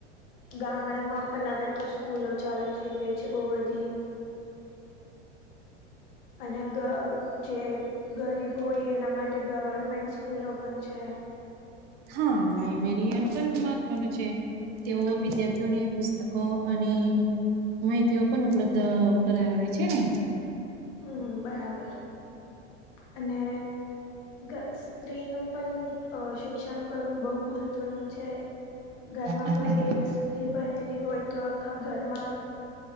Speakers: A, on the left; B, on the right.
A: ગામડામાં પણ હવે તો સ્કૂલો ચાલુ થઈ ગઈ છે, બહુ બધી. અને ગ જે ગરીબ હોય એના માટે ગવર્મેન્ટ સ્કૂલો પણ છે.
B: હા, લાયબ્રેરિયન પણ મહત્વનું છે. તેઓ વિદ્યાર્થીઓને પુસ્તકો અ અને માહિતીઓ પણ ઉપલબ્ધ કરાવ હો છે ને?
A: હમ્મ બરાબર. અને, ગ સ્ત્રીનું પણ. અ શિક્ષણ કરવું બહુ મહત્વનું છે. ઘરમાં
B: હા
A: કોઈ એક સ્ત્રી ભણેલી હોય તો આખા ઘરમાં.